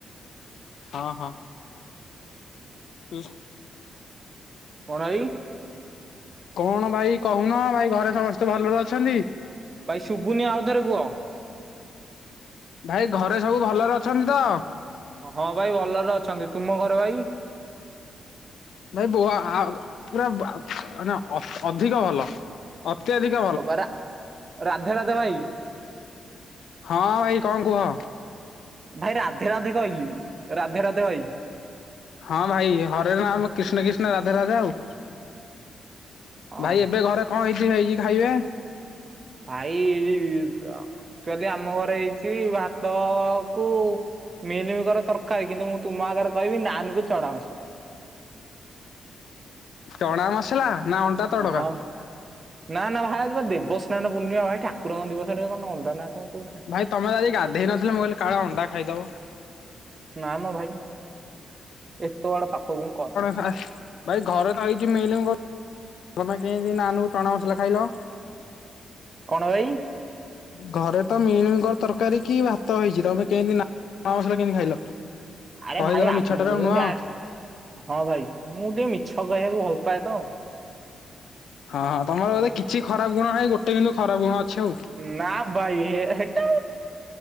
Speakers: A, on the left (about 65°); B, on the right (about 30°).
A: ହଁ ହଁ। ହୁଁ।
B: ଫଣାଇ
A: କଣ ଭାଇ କହୁନ ଭାଇ ଘରେ ସମସ୍ତେ ଭଲରେ ଅଛନ୍ତି।
B: ଭାଇ ଶୁଭୁନି ଆଉଥରେ କୁହ।
A: ଭାଇ ଘରେ ସବୁ ଭଲରେ ଅଛନ୍ତି ତ।
B: ହଁ ଭାଇ ଭଲରେ ଅଛନ୍ତି। ତୁମ ଘରେ ଭାଇ।
A: ଭାଇ ବ ଆ ପୁରା ଆ ମାନେ ଅଧିକ ଭଲ। ଅତ୍ୟଧିକ --
B: ଅବାରା ରାଧେ ରାଧେ ଭାଇ।
A: ହଁ ଭାଇ କଂ କୁହ?
B: ଭାଇ ରାଧେ ରାଧେ କହିଲି ରାଧେ ରାଧେ ଭାଇ।
A: ହଁ ଭାଇ ହରେ ନାଁ କ୍ରଷ୍ଣ କ୍ରିଷ୍ଣ ରାଧା ରାଧା ଆଉ।
B: ଓହୋ
A: ଭାଇ ଏବେ ଘରେ କଂ ହେଇଚି ଭାଇ ହେଇଛି ଖାଇବେ।
B: ଭାଇ ଆକ୍ଚୁଚୁଇ ଆମ ଘରେ ହେଇଚି ଭାତ କୁ- - ମିଲମିକର ତରକାରୀ କିନ୍ତୁ ମୁଁ ତୁମ ଆଗରେ କହିବି ନାନ କୁ ଚଣାମସଲା।
A: ଟଣା ମସଲା ନା ଅଣ୍ଡା ତଡକା।
B: ହଁ। ନା ନା ଭାଇ ଆ ଦେବସ୍ନାନ ପୂର୍ଣ୍ଣିମା ଭାଇ ଠାକୁରଙ୍କ ଦିବସରେ କଣ ଅଣ୍ଡା ନା କଣ କହୁଚ।
A: ଭାଇ ତମେ ତ ଆଜି ଗାଧେଇ ନଥି ମୁଁ କହିଲି କାଳେ ଅଣ୍ଡା ଖାଇଦବ।
B: ନା ମ ଭାଇ ଏତେ ବଡ ପାପ ମୁକ --
A: ହ ଭାଇ ଘରେ ତ ହେଇଛି ମିଲିମିକର ତମେ କେମିତି ଚଣା ମସଲା ଖାଇଲ।
B: କଣ ଭାଇ?
A: ଘରେ ତ ମିଲିମିକରତରକାରୀ କି ଭାତ ହେଇଚି ତମେ କେମିତି ମା ମସଲା କେମିତି ଖାଇଲ?
B: ଆରେ
A: କହିଦେଲା
B: ଭାଇ
A: ମିଛ ଟା
B: ମୁଁ
A: ଆଉ ନୁହଁ।
B: ଯା ହଁ ଭାଇ ମୁଁ ଟିକେ ମିଛ କହିବାକୁ ଭଲ ପାାଏ ତ।
A: ହଁ ହଁ ତମର ବୋଧେ କିଛି ଖରାପ ଗୁଣ ନାହିଁ ଗୋଟେ କିନ୍ତୁ ଖରାପ ଗୁଣ ଅଛି ଆଉ।
B: ନା ଭାଇ ହେଟା